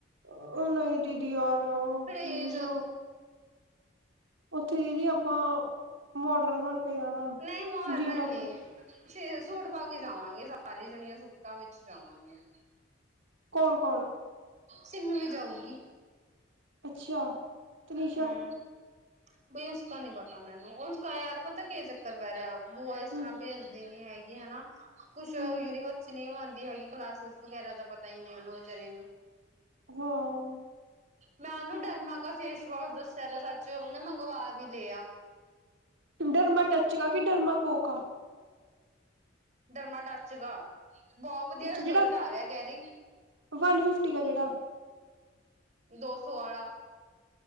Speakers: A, on the right; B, on the right.
A: ਓ ਨਈ ਦੀਦੀ ਯਾਰ।
B: <unintelligible> ਨਈ
A: ਪਲੀਜ਼ ਉੱਥੇ ਦੀਦੀ ਆਪਾਂ ਮੋਡਰਨ ਬਣ ਕੇ ਜਾਣਾ
B: -ਨ‌ਈ ਮੋਡਰਨ
A: ਜੀਨ ਟੋਪ
B: ਨੀ। ਅਛੇ ਜੇ ਸੂਟ ਪਾ ਕੇ ਜਾਵਾਂਗੇ, ਸਾਰੇ ਜਣੀਆਂ ਸੂਟਾਂ ਵਿੱਚ ਜਾਵਾਂਗੀਆਂ।
A: ਕੌਣ ਕੌਣ।
B: ਸਿੰਮੀ ਵੀ ਜਾਊਗੀ।
A: ਅੱਛਾ ਤੇ ਨਿਸ਼ਾ-
B: ਹਮ ਬਈ ਉਸਕਾ ਨੀ ਪਤਾ ਮੈਨੂੰ, ਉਸਕਾ ਯਾਰ ਪਤਾ ਕੀ ਚੱਕਰ ਪੈ ਰਿਆ ਬੂਆ ਇਸ
A: ਹਮ
B: ਤਰ੍ਹਾਂ ਭੇਜਦੀ ਨੀ। ਏ ਹੈਗੀ ਹਨਾ। ਕੁਛ ਯੂਨੀਵਰਸ
A: ਹਮ
B: ਨੀ ਓ ਆਂਦੀ ਹੈਗੀ ਕਲਾਸਿਸ ਵਗੈਰਾ ਦਾ ਪਤਾ ਨੀ ਓਨੂੰ ਵਿਚਾਰੀ ਨੂੰ।
A: ਹਾਂ
B: ਮੈਂ ਓਨੂੰ ਡਰਮਾਂ ਗਾ ਫੇਸ ਵਾਸ਼ ਦੱਸਿਆ ਦਾ ਸੱਚ, ਓਨੇ ਮੰਗਵਾ ਵੀ ਲਿਆ।
A: ਡਰਮਾ ਟੱਚ ਗਾ ਕਿ ਡਰਮਾ ਕੋ ਕਾ।
B: ਡਰਮਾ ਟੱਚ ਗਾ, ਬੋ ਵਧੀਆ
A: ਅੱਛਾ
B: ਰਿਜ਼ਲਟ
A: ਜਿਹੜਾ
B: ਆ ਰਿਆ ਕੈ ਰੀ।
A: ਵਨ ਫਿਫਟੀ ਕਾ ਜੇੜਾ।
B: ਦੋ ਸੌ ਆਲਾ।